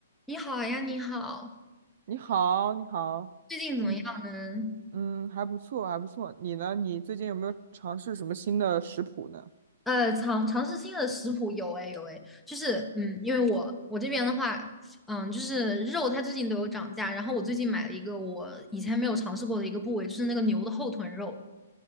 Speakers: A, in the centre; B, on the right.
A: 你好啊呀，你好，
B: 你好，你好，
A: 最近怎么样呢？
B: 嗯嗯，还不错，还不错。你呢？你最近有没有尝试什么新的食谱呢？
A: 呃，尝尝试新的食谱有哎有哎，就是嗯，因为我我这边的话，嗯，就是肉它最近都有涨价，然后我最近买了一个我以前没有尝试过的一个部位，就是那个牛的后臀肉，